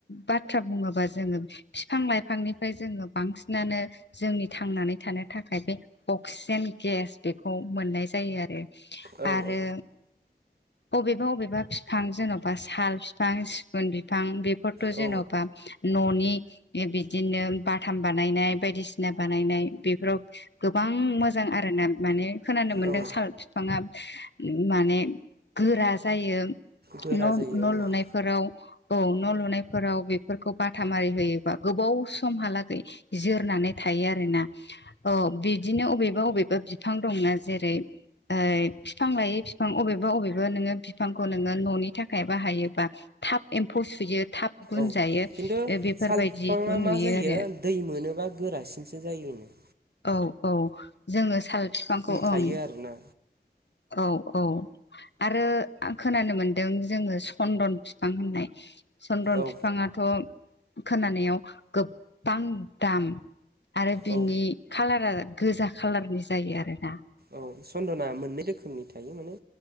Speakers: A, on the left; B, on the right.
A: बाथ्रा बुङो बा जोङो फिफां लाइफांनिफ्राय जोङो बांसिनानो। जोंनि थांनानै थानो थाखाय बे अक्सिजेन गेस बेखौ मोननाय जायो आरो।
B: औ
A: आरो
B: औ
A: अबेबा अबेबा फिफां जेन'बा साल फि फां सिगुन बिफां बेफोरथ'
B: औ
A: जेन'बा। न'नि बिदिनो बाथाम बानायनाय बायदिसिना बानायनाय बेफोराव। गोबां मोजां आरो ना माने खोनानो मोनदों
B: औ
A: साल फिफाङा माने। गोरा जायो
B: गोरा
A: न'
B: जायो
A: न'
B: औ
A: लुनाय। फोराव औ न' लुनायफोराव बेफोरखौ। बाथाम आरि होयोबा गोबाव समहालागै जोरनानै थायो आरोना। औ बिदिनो अबेबा अबेबा फिफां दंनो जेरै ओ फिफां लायै फिफां अबेबा अबेबा नोङो बिफांखौ नोङो न'नि थाखाय बाहायोबा। थाब एम्फौ सुयो थाब गुन
B: औ
A: जायो।
B: खिन्थु
A: बेफोरबायदिखौ
B: साल फिफाङा
A: नुयो
B: मा जायो
A: आरो
B: दै मोनोबा गोरासिनसो जायो होनो।
A: औ औ जोङो साल बिफांखौ
B: थायो
A: ओं
B: आरोना
A: औ औ। आरो खोनानो मोनदों जोङो सन्दन फिफां होननाय चन्दन
B: औ
A: फिफाङाथ' खोनानायाव गोबबां दाम। आरो बिनि
B: औ
A: खाालारा गोजा खालारनि जायो आरोना।
B: औ सन्दना मोननै रोखोमनि थायो माने